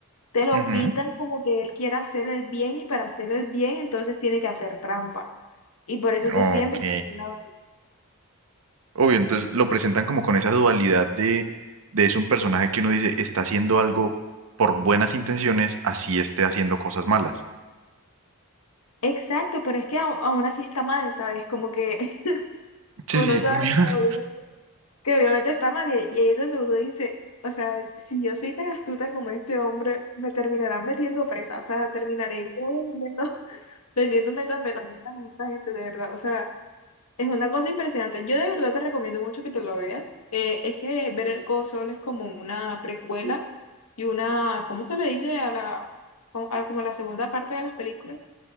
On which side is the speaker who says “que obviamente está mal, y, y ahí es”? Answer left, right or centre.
Left